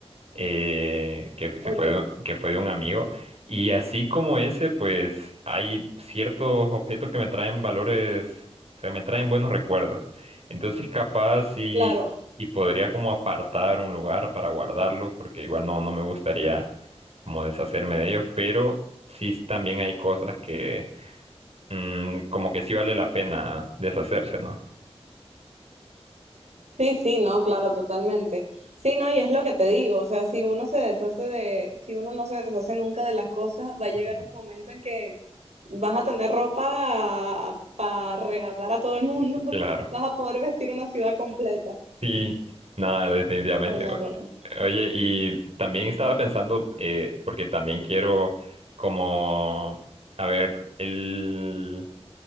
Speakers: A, on the right (about 65°); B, on the right (about 80°).
A: eh, que, que
B: Ok,
A: fue de, que fue de un amigo. Y así como ese, pues hay ciertos objetos que me traen valores, o sea, me traen buenos recuerdos. Entonces, capaz y,
B: claro.
A: y podría como apartar un lugar para guardarlos, porque igual no, no me gustaría como deshacerme de ellos, pero sí también hay cosas que mm, como que sí vale la pena deshacerse, ¿no?
B: Sí, sí, no, claro, totalmente. Sí, no, y es lo que te digo, o sea, si uno se deshace de, si uno no se deshace nunca de las cosas, va a llegar
A: Ujú.
B: un momento en que vas a tener ropa para regalar a todo el mundo, <laughs>
A: Claro.
B: vas a poder vestir una ciudad completa
A: Sí, no, definitivamente.
B: con la
A: O-
B: ropa.
A: Oye, y también estaba pensando, eh, porque también quiero como, a ver, el,